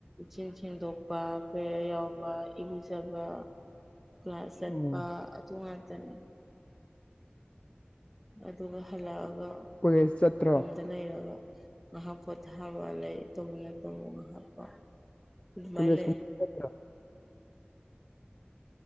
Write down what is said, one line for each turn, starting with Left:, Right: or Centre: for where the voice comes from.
Centre: ꯦꯡ ꯁꯦꯡꯗꯣꯛꯄ ꯀꯌꯥ ꯌꯥꯎꯕ ꯏꯕꯤꯖꯕ ꯀ꯭ꯂꯥꯁ ꯆꯠꯄ
Left: ꯎꯝ
Centre: ꯑꯗꯨ ꯉꯥꯛꯇꯅꯦ ꯑꯗꯨꯒ ꯍꯜꯂꯛꯑꯒ
Left: ꯎꯁ ꯆꯠꯇ꯭ꯔ
Centre: ꯠꯇ ꯅꯩꯔꯒ ꯉꯥꯏꯍꯥꯛ ꯄꯣꯊꯥꯕ ꯂꯩ ꯇꯧꯕꯅ ꯇꯧꯕ ꯉꯥꯏꯍꯥꯛꯀꯣ ꯑꯗꯨꯃꯥꯏꯅ
Left: ꯀꯣꯂꯦꯖ ꯀꯨꯝꯕ ꯆꯠꯇ꯭ꯔꯣ